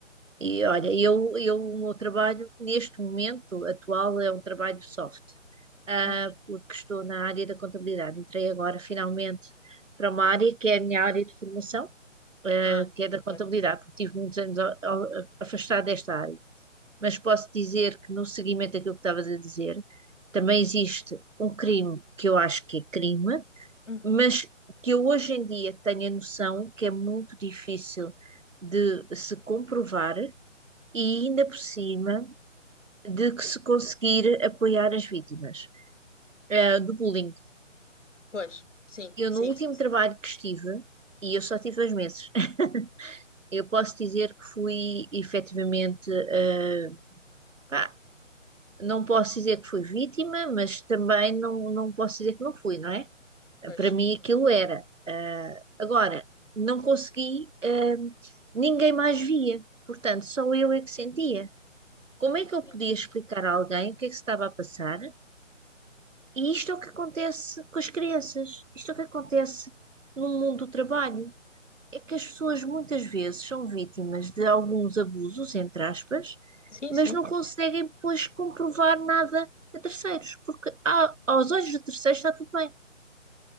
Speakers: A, on the right; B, on the left.
A: E olha, eu, eu, o meu trabalho neste momento atual é um trabalho soft, ah,
B: Uhum.
A: porque estou na área da contabilidade. Entrei agora finalmente para uma área que é a minha área de formação, ah,
B: Ah,
A: que é da contabilidade,
B: ok.
A: porque tive muitos anos a- a- afastada desta área. Mas posso dizer que no seguimento daquilo que estavas a dizer, também existe um crime que eu acho que é crime,
B: Uhum.
A: mas que eu hoje em dia tenho a noção que é muito difícil de se comprovar e ainda por cima de que se conseguir apoiar as vítimas eh, do bullying.
B: Pois, sim,
A: Eu
B: sim,
A: no último
B: sim, sim.
A: trabalho que estive, e eu só tive dois meses, <laughs> eu posso dizer que fui efetivamente, eh, pá, não posso dizer que fui vítima, mas também não, não posso dizer que não fui, não é?
B: Pois,
A: Para mim
B: sim,
A: aquilo era. Ah, agora, não consegui, ah, ninguém mais via, portanto, só eu é que sentia. Como é que eu
B: claro.
A: podia explicar a alguém o que é que se estava a passar? E isto é o que acontece com as crianças, isto é o que acontece no mundo do trabalho. É que as pessoas muitas vezes são vítimas de alguns abusos, entre aspas,
B: Sim,
A: mas
B: sim.
A: não conseguem depois comprovar nada a terceiros, porque a- aos olhos de terceiros está tudo bem.